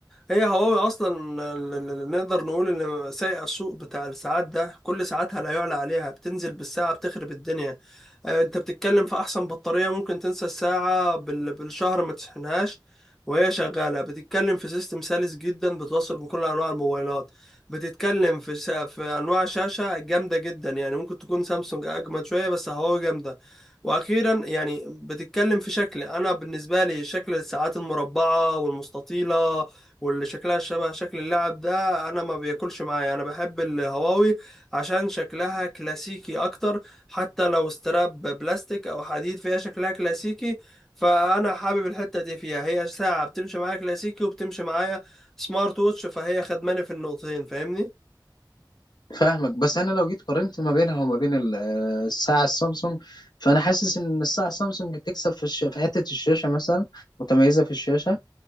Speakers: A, in the centre; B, on the left.
A: هي هواوي اصلا ال- ال- ال- نقدر نقول ان سايقه السوق بتاع الساعات ده كل ساعاتها لا يعلى عليها بتنزل بالساعه بتخرب الدنيا آه، انت بتتكلم في احسن بطاريه ممكن تنسى الساعه بال- بالشهر ما تشحنهاش وهي شغاله بتتكلم في سيستم سلس جدا بتوصل بكل انواع الموبايلات بتتكلم في شا... في انواع شاشه جامده جدا يعني ممكن تكون سامسونج اجمد شويه بس هواوي جامده واخيرا يعني بتتكلم في شكل انا بالنسبه لي شكل الساعات المربعه والمستطيله واللي شكلها شبه شكل اللعب ده انا ما بياكلش معايا انا بحب الهواوي عشان شكلها كلاسيكي اكتر حتى لو استراب بلاستيك او حديد فيها شكلها كلاسيكي فانا حابب الحتة دي فيها هي ساعة بتمشي معايا كلاسيكي وبتمشي معايا سمارت ووتش فهي خدماني في النقطتين فاهمني
B: فاهمك بس انا لو جيت قارنت ما بينها وما بين ال- آه، الساعه السامسونج فانا حاسس ان الساعه السامسونج تكسب في الش... في حته الشاشه مثلا متميزه في الشاشه